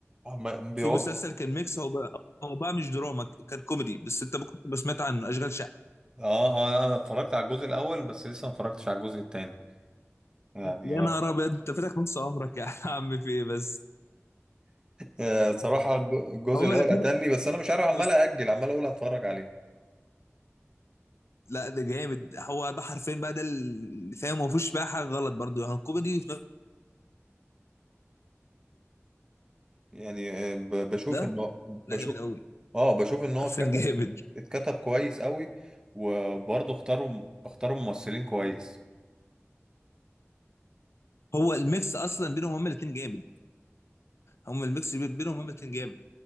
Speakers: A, on the right; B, on the left.
A: وعم- بيقعدوا
B: في مسلسل كان ميكس هو بقى هو بقى مش دراما كان كوميدي بس انت ممكن تبقى سمعت عنه اشغال
A: اه اه لا، انا اتفرجت على الجزء الاول بس لسه ما اتفرجتش على الجزء التاني يعني
B: يا
A: آه،
B: نهار ابيض انت فاتك نص عمرك يا عم في ايه بس
A: آه، صراحة الج- الجزء
B: هما
A: الأول
B: الاثنين
A: قتلني بس أنا مش عارف عمال
B: بص
A: أأجل عمال أقول هتفرج عليه
B: لا ده جامد هو ده حرفيا بقى ده اللي فاهم ما فيهوش بقى حاجه غلط برضو يعني الكوميدي في نفس
A: يعني آه، ب- بشوف
B: ده
A: إن هو بشوف
B: لا جامد قوي
A: اه بشوف إن هو
B: حرفيا
A: اتكتب
B: <laughs> جامد
A: اتكتب كويس قوي وبرضه اختاروا اختاروا ممثلين كويس
B: هو الميكس اصلا بينهم هما الاثنين جامد هما الميكس بي- بينهم هما الاثنين جامد